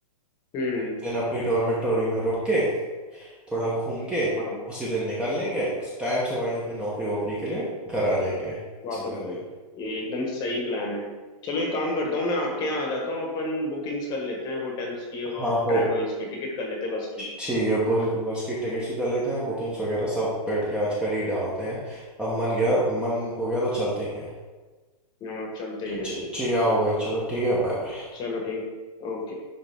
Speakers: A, on the left (about 20°); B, in the centre.
A: हम्म
B: एक दिन अपनी डॉर्मेटोरी में रुक के थोड़ा घूम के
A: हाँ
B: उसी दिन निकल लेंगे उस टाइम से वहीं अपनी नौकरी वोकरी के लिए घर आ जाएंगे
A: वापस
B: समय
A: आए
B: से
A: ये एकदम सही प्लान है चलो एक काम करता हूँ मैं आपके यहाँ आ जाता हूँ अपन बुकिंग्स कर लेते हैं होटल्स की और
B: हाँ हो
A: ट्रेवल्स की टिकट कर लेते हैं बस की
B: ठीक है बस बस की टिकट्स भी कर लेते हैं बुकिंग्स वगैरह सब बैठ के आज कर ही डालते हैं अब मन गया मन हो गया तो चलते ही हैं
A: यहाँ चलते ही हैं
B: ठी- ठीक है आओ भाई चलो ठीक है बाय
A: चलो ठीक है ओके